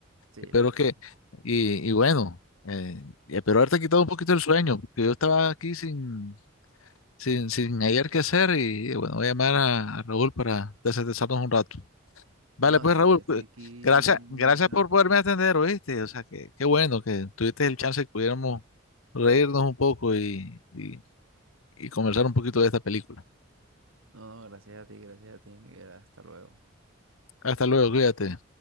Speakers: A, on the right; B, on the left.
A: Sí,
B: Espero
A: la verdad
B: que,
A: es que sí.
B: y, y bueno, eh, espero haberte quitado un poquito el sueño, porque yo estaba aquí sin, sin, sin hallar qué hacer y bueno, voy a llamar a, a Raúl para desestresarnos un rato. Vale,
A: No,
B: pues
A: sí,
B: Raúl,
A: estoy
B: pues,
A: aquí
B: gracias,
A: bien,
B: gracias
A: bien bacano.
B: por poderme atender, ¿oíste? O sea, que qué bueno que tuviste el chance que pudiéramos reírnos un poco y, y, y conversar un poquito de esta película.
A: No, no, gracias a ti, gracias a ti, Miguel. Hasta luego.
B: Hasta luego, cuídate.